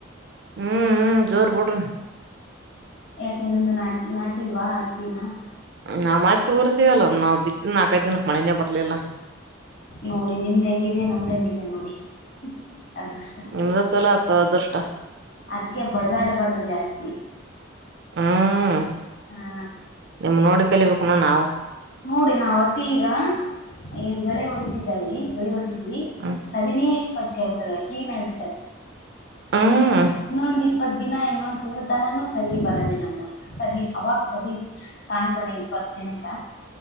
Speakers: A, on the right; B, on the left.
A: ಹ್ಮ್ ಹ್ಮ್ ಜೋರ್ ಬಿಡ್ರಿ
B: ಯಾಕೆ ನಿಮ್ದು ನಾ ನಾಟಿಲ್ವಾ ಹತ್ತಿನ
A: ನಾವ್ ಮತ್ ಊರ್ದೀವಲ್ಲ ನಾವ್ ಬಿತ್ತಿನ ನಾಲ್ಕೈದ್ ದಿನಕ್ ಮಳೆನೇ ಬರ್ಲಿಲ್ಲ
B: ನೋಡಿ ನಿಮ್ದ್ ಹೆಂಗಿದ ನಮ್ದ್ ಹೆಂಗಿದೇನೆ ನೋಡಿ ಹ್ಮ ಅದೃಷ್ಟ
A: ನಿಮ್ದ ಚಲೋ ಆತ ಅದೃಷ್ಟ
B: ಅದಕ್ಕೆ ಬಡದಾಡ್ ಬಾರದು ಜಾಸ್ತಿ
A: ಹ್ಮ್
B: ಹಾ
A: ನಿಮ್ ನೋಡಿ ಕಲಿಬೇಕು ನೋಡ್ ನಾವು
B: ನೋಡಿ ನಾವವು ಹತ್ತಿ ಈಗ ಏನ್ ಗಳೆ ಉಳಿಸಿದೇವಿ ಗಳೆ ಒಡೆಸಿವಿ
A: ಹ್ಮ್
B: ಸದಿನೇ ಸ್ವಚ್ಛ ಆಗ್ಬಿಟ್ಟದ ಕ್ಲೀನ್ ಆಗಿ
A: ಹ್ಮ್
B: ಇನ್ನೊಂದ್ ಇಪ್ಪತ್ ದಿನ ಇನ್ನೊಂದ ತಿಂಗ ತನಾನೂ ಸದ ಬರೋದಿಲ್ಲ ಮೂಲಕ ಸದ ಅವಾಗ ಸದ ಕಾಣ್ತದೆ ಇಪ್ಪತ್ ದಿನಕ್ಕ